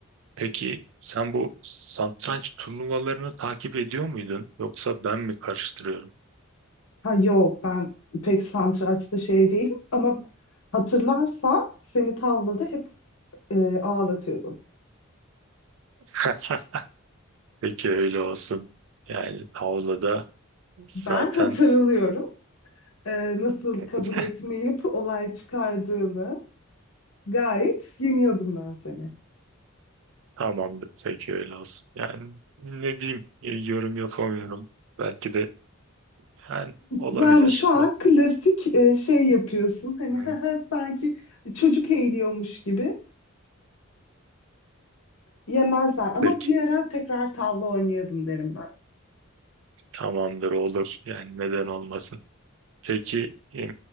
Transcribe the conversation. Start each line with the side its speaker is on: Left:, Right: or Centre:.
Right: Peki sen bu satranç turnuvalarını takip ediyor muydun yoksa ben mi karıştırıyorum?
Left: Ha yok ben pek satrançta şey değilim ama hatırlarsan seni tavlada hep e, ağlatıyordum.
Right: <laughs> Peki öyle olsun. Yani tavlada zaten
Left: Ben hatırlıyorum e, nasıl
Right: <laughs>
Left: kabul etmeyip olay çıkardığını gayet yeniyordum ben seni.
Right: tamamdır. Peki öyle olsun. Yani ne diyeyim e, yorum yapamıyorum. Belki de Yani olabilir.
Left: Yani şu an
Right: Ha,
Left: klasik e, şey yapıyorsun. Hani
Right: hı.
Left: <laughs> hı hı, sanki çocuk eğiliyormuş gibi yemezler. Ama
Right: Peki
Left: bir ara tekrar tavla oynayalım derim ben.
Right: tamamdır olur. Yani neden olmasın. Peki e,